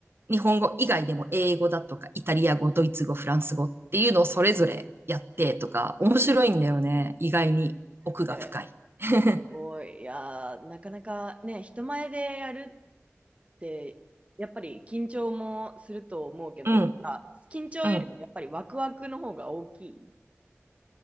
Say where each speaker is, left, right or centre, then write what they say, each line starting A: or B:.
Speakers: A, on the right; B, on the right.
A: 日本語以外でも英語だとか、イタリア語、ドイツ語、フランス語っていうのをそれぞれやってとか、面白いんだよね。
B: うん
A: 意外に奥が深い。
B: えーすごい。
A: <laughs>
B: いやー、なかなかね、人前でやるで、やっぱり緊張もすると思うけど、
A: うん、
B: なんか緊張よりもやっぱりワクワクの方が大きい。
A: うん。